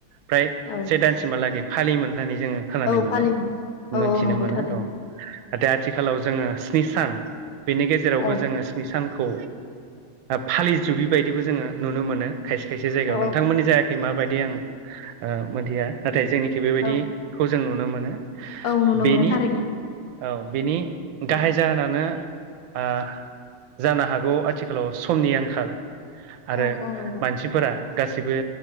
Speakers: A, on the right; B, on the left.
A: फ्राय
B: औ
A: से दानसिमहालागै फालियोमोन होननानै जोङो खोनानो
B: औ
A: मोनो
B: फालियोमोन औ
A: मोनथिनो
B: औ नंगौ
A: मोनो
B: थारैनो
A: औ नाथाय आथिखालाव जोङो स्नि सान बेनि गेजेरावबो
B: औ
A: जोङो नि सानखौ फालिजोबि बायदिबो जोङो नुनो मोनो खायसे खायसे जायगायाव
B: औ
A: नोंथांमोननि जायगाखै माबायदि आं ओ मोनथिया नाथाय जोंनिखि बेबायदि
B: औ
A: खौ जों नुनो मोनो
B: औ नुनो
A: बेनि
B: मोनो थारैनो
A: औ बेनि गाहाय
B: औ
A: जाहोनानो आ जानो हागौ आथिखालाव समनि आंखाल आरो
B: औ औ नंगौ
A: मानसिफोरा गासैबो